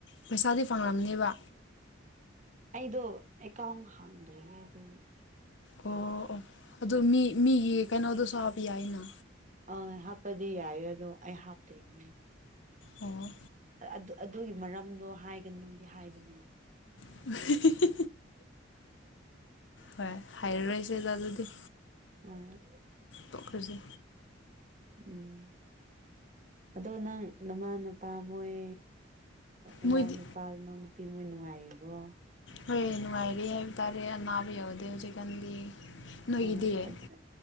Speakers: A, on the left; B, on the right.
A: ꯄꯩꯁꯥꯗꯤ ꯐꯪꯂꯝꯅꯦꯕ
B: ꯑꯩꯗꯣ ꯑꯦꯀꯥꯎꯟ ꯍꯥꯡꯗ꯭ꯔꯤꯌꯦ ꯑꯗꯨꯒꯤ
A: ꯑꯣ ꯑꯣ ꯑꯗꯨ ꯃꯤ ꯃꯤꯒꯤ ꯀꯩꯅꯣꯗꯨꯁꯨ ꯍꯥꯞꯄ ꯌꯥꯏꯅ
B: ꯑꯪ ꯍꯥꯞꯄꯗꯤ ꯌꯥꯏ ꯑꯗꯣ ꯑꯩ ꯍꯥꯞꯇ꯭ꯔꯤꯌꯦ
A: ꯑꯣ
B: ꯑꯗꯨ ꯑꯗꯨꯒꯤ ꯃꯔꯝꯗꯣ ꯍꯥꯏꯒꯅꯨꯗꯤ ꯍꯥꯏꯕꯅꯦ
A: <unintelligible> ꯍꯣꯏ ꯍꯥꯏꯔ ꯔꯣꯏꯁꯦꯗ ꯑꯗꯨꯗꯤ
B: <unintelligible>
A: ꯇꯣꯛꯈ꯭ꯔꯁꯦ
B: ꯎꯝ ꯑꯗꯣ ꯅꯪ ꯅꯃꯥ ꯅꯄꯥ ꯃꯣꯏ ꯏꯅꯥꯎ
A: ꯃꯣꯏꯗꯤ
B: ꯅꯨꯄꯥ ꯏꯅꯥꯎ ꯅꯨꯄꯤ ꯃꯣꯏ ꯅꯨꯡꯉꯥꯏꯔꯤꯕ꯭ꯔꯣ
A: ꯍꯣꯏ ꯅꯨꯡꯉꯥꯏꯔꯤ ꯍꯥꯏꯕ ꯇꯥꯔꯦ ꯑꯅꯥꯕ ꯌꯥꯎꯗꯦ ꯍꯧꯖꯤꯛꯀꯥꯟꯗꯤ ꯅꯣꯏꯒꯤꯗꯤ
B: ꯑꯣ ꯑꯗꯨ